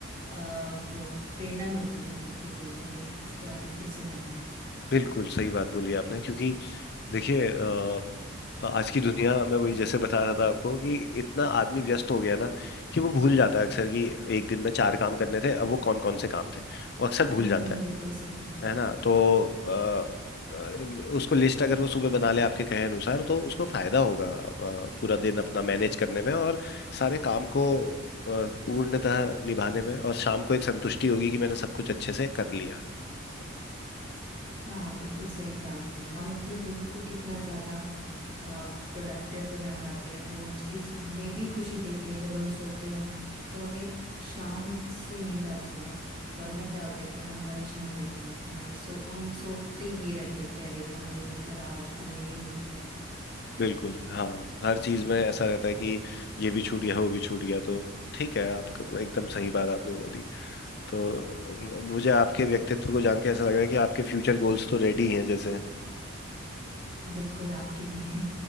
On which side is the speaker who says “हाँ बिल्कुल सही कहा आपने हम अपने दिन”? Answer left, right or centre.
Right